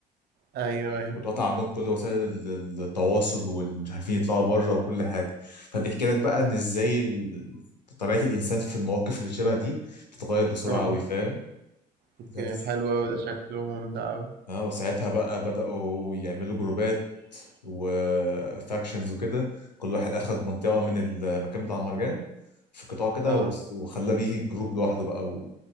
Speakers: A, on the right; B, on the left.
A: ايوه ايوه
B: واتقطع عندهم كل وسائل ال- ال- التواصل والمش عارفين يطلعوا بره وكل حاجه فبيحكي لك بقى ان ازاي ال- طبيعه الانسان في المواقف اللي شبه دي بتتغير بسرعه
A: اه
B: قوي فاهم
A: اوكي
B: ساعتها-
A: حلو قوي ده شكله ممتع قوي
B: اه وساعتها بقى بداوا يعملوا جروبات وفاكشنز وكده كل واحد اخد منطقه من المكان بتاع المهرجان في قطاع كده
A: اه
B: وس- وخلى بيه جروب لوحده بقى و...